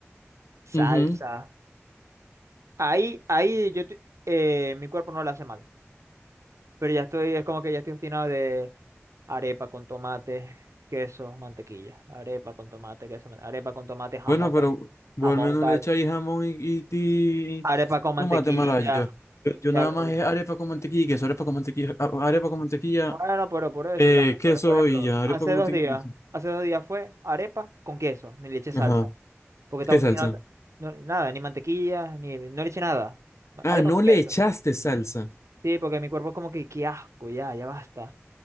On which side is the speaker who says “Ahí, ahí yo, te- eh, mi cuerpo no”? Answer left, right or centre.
Right